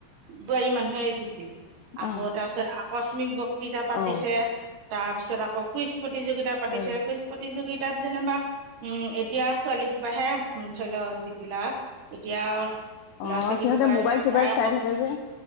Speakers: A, on the right (about 60°); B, on the left (about 80°).
A: বোৱাৰী মানুহে জি আকৌ,
B: অ
A: তাৰপিছত আ কস্মিক ব পূজা পাতিছে।
B: অ
A: তাৰ পিছত আকৌ কুইছ। প্ৰতিযোগিতা পাতিছে
B: অ
A: একৈছ প্ৰতিযোগিতা। তাত যেনবা, উম এতিয়া। ছোৱালী সোবাহে ধৰি লওক। <unintelligible> এতিয়া ল'ৰা
B: অ
A: ছোৱালী
B: সিহঁতে
A: সোপা
B: মোবাইল
A: এতিয়া
B: চোবাইল
A: গায়ক
B: চাই থাকে যে।